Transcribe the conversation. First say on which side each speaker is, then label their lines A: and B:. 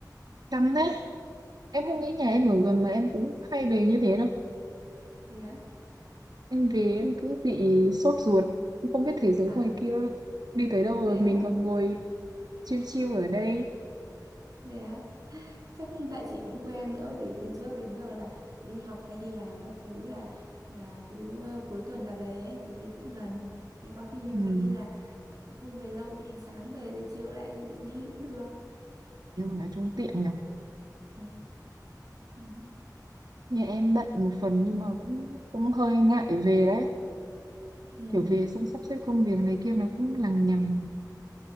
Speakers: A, on the right; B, on the right.
A: căng đấy
B: Ừ, ừ.
A: Em không nghĩ nhà em ở gần mà em cũng hay về như thế đâu.
B: thế á
A: Em về
B: chắc
A: em cứ bị sốt ruột, em không biết thế giới
B: à
A: ngoài kia đi tới đâu rồi
B: thế á
A: mình còn ngồi chiêu chiêu ở đây.
B: thế á chắc tại chị cũng quen nữa bởi vì từ trước đến giờ là đi học hay đi làm các thứ là là cứ ờ, cuối tuần là về ấy bởi vì cũng gần thế có khi nhiều
A: Ừ,
B: khi là không về lâu thì sáng về rồi chiều lại đi cũng được
A: nhưng mà nói chung tiện nhở.
B: ừ. Đấy.
A: Nhà em bận một phần nhưng mà vẫn cũng hơi ngại về đấy.
B: Ừ.
A: Kiểu về xong sắp xếp công việc này kia nó cũng lằng nhằng.